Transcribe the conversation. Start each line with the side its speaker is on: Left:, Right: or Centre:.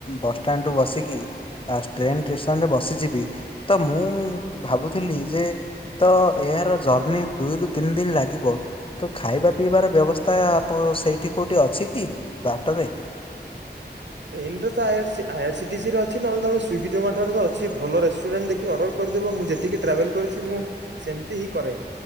Left: ବସଷ୍ଟାଣ୍ଡରୁୁ ବସିକି। ଆ ଟ୍ରେନ ଷ୍ଟ୍ରେସନରେ ବସିଯିବି ତ ମୁଁ ଭାବୁ ଥିଲି ଯେ ତ ଏହାର ଜର୍ଣିି ଦୁଇରୁ ତିନି ଦିନ ଲାଗିବ। ତ ଖାଇବା ପିଇବାର ବ୍ୟବସ୍ଥା ଆପ ସେଇଠି କେଉଁଠି ଅଛି କି ବାଟରେ।
Right: ଟ୍ରେନରେ ତ ଆ ଆଇସି ଆଇରସିିଟିସି ର ଅଛି ନହେଲେମ ସ୍ଵିଗି ଜୋମାଟୋ ତ ଅଛି ଭଲ ରେଷ୍ଟୁରାଣ୍ଟ ଦେଖ୍। କି ଅର୍ଡର କରିଦେବ ମୁଁ ଯେତିକି ଟ୍ରାଭେଲ କରିଛି ମୁଁ ସେମିତି ହିଁ କରେ।